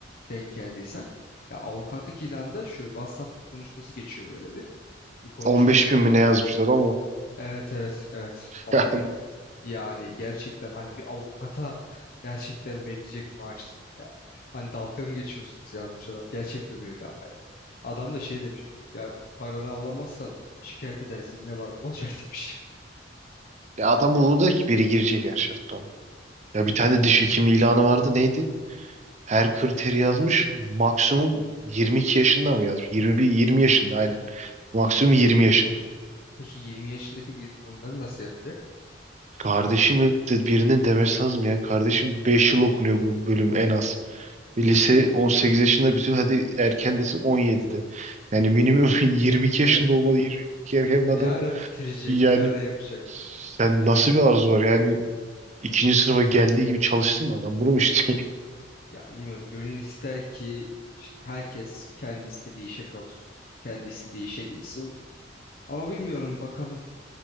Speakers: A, on the left (about 50°); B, on the right (about 40°).
A: Denk geldiysen. Ya avukatlık ilanında şöyle WhatsApp konuşması geçiyor böyle bir. bir konuşma
B: 15 bin
A: falan.
B: mi ne yazmışlar ama
A: Evet evet evet
B: <laughs>
A: Allah'ım yani gerçekten hani bir avukata <laughs> gerçekten verilecek maaş değil ya. Hani dalga mı geçiyorsunuz yazmış adam. Gerçekten öyle ama. Adam da şey demiş ya paranı alamazsan şikayet edersin ne var ne olacak <laughs> demiş.
B: Ya adam
A: Ya
B: umurunda ki biri girecek her şartta ona. Ya bir tane
A: e,
B: diş hekimi ilanı vardı neydi? Her kriteri yazmış maksimum 22 yaşında mı yazmış? 21, 20 yaşında aynen. Maksimum 20 yaşında.
A: peki 20 yaşındaki biri bunları nasıl yapacak?
B: Kardeşim de birinin demesi lazım ya. Kardeşim 5 yıl okunuyor bu bölüm en az. Bir Lise 18 yaşında bütün hadi erken desin 17'de. Yani minimum <laughs> 22
A: Evet
B: yaşında olmalı 22 erken
A: ne
B: bir adam.
A: ara bitirecek
B: Yani
A: ne ara yapacak?
B: sen nasıl bir arzu var yani ikinci sınıfa geldiği gibi çalıştın mı adam? Bunu mu <laughs> istiyorsun
A: Ya bilmiyorum gönül ister ki işte herkes kendi istediği işe kavuşsun. Kendi istediği işe girsin. Ama bilmiyorum bakalım.